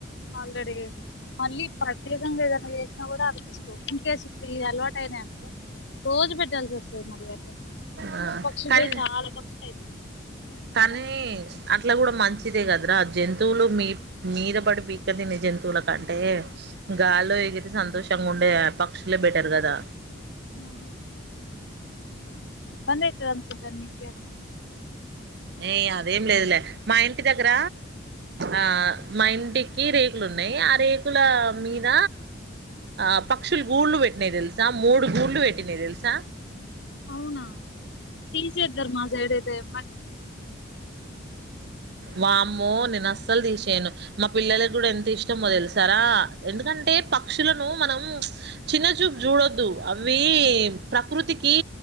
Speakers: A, on the left; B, on the right.
A: ఆల్రెడీ. మళ్ళీ ప్రత్యేకంగా ఏదన్నా చేసినా కూడా అవి తీసుకో ఇన్ కేస్ ఇప్పుడు ఈ అలవాటు యిననుకో రోజు పెట్టాల్సి వస్తుంది మళ్ళీ క
B: ఆ
A: పక్షి
B: కానీ
A: పోయి చాలా పక్షిలు అయిత్
B: కానీ అట్లా కూడా మంచిదే కదరా. జంతువులు మీ మీద పడి బీక్క తినే జంతువుల కంటే గాల్లో ఎగిరి సంతోషంగా ఉండే పక్షులే బెటర్ కదా.
A: ఆ బనేదంతద నీకు
B: ఏయ్ అదేం లేదులే మా ఇంటి దగ్గర ఆ మా ఇంటికి రేకులు ఉన్నాయి. ఆ రేకుల మీద ఆ పక్షులు గూళ్లు పెట్టినాయి తెలుసా. మూడు గూళ్లు పెట్టినాయి తెలుసా.
A: అవునా తీసేద్దర్ మాసైడ్ అయితే మన్
B: వామ్మో నేనస్ అసలు తీసేయను మా పిల్లలకి కూడా ఎంత ఇష్టమో తెలుసారా. ఎందుకంటే పక్షులను మనం చిన్న చూపు చూడొద్దు. అవి ప్రకృతికి